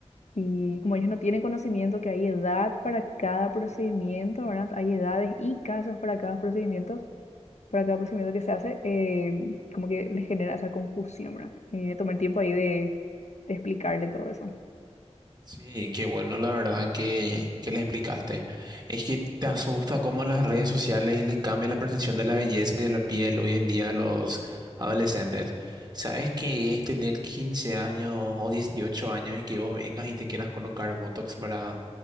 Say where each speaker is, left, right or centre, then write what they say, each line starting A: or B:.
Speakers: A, on the left (about 85°); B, on the right (about 35°).
A: Y como ellos no tienen conocimiento que hay edad para cada procedimiento, ¿verdad? Hay edades y casos para cada procedimiento, para cada procedimiento que se hace, eh, como que les genera esa confusión, ¿verdad? Y me tomé el tiempo ahí de, de explicarle todo eso.
B: Sí, qué bueno, la verdad que, que le explicaste. Es que te asusta cómo las redes sociales le cambian la percepción de la belleza y de la piel hoy en día a los adolescentes. ¿Sabes qué es tener 15 años o 18 años y que vos vengas y te quieras colocar Botox para,